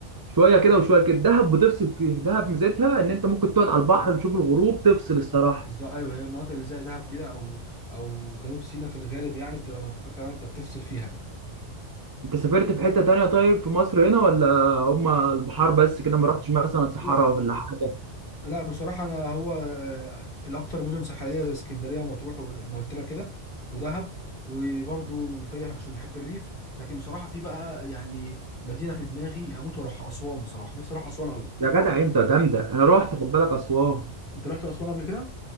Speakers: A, on the right; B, on the left.
A: شويه كده وشويه كده دهب بتفصل فيه دهب ميزتها ان انت ممكن تقعد على البحر تشوف الغروب تفصل الصراحه
B: بالظبط ايوه هي المناطق اللي زي دهب كده او او جنوب سيناء في الغالب يعني بتبقى ف- ف- فعلا انت بتفصل فيها يعني.
A: انت سافرت في حته تانية طيب في مصر هنا ولا هما البحار بس كده ما رحتش مثلا صحراء
B: لا
A: ولا حاجه
B: لا بصراحة أنا هو آه، الأكتر مدن ساحلية زي اسكندرية ومطروح وما قلت لك كده ودهب وبرضه المنوفية عشان بحب الريف لكن بصراحة في بقى يعني مدينة في دماغي هموت وأروحها أسوان بصراحة نفسي أروح أسوان أوي
A: يا جدع انت جامده انا رحت خد بالك اسوان
B: أنت رحت أسوان قبل كده؟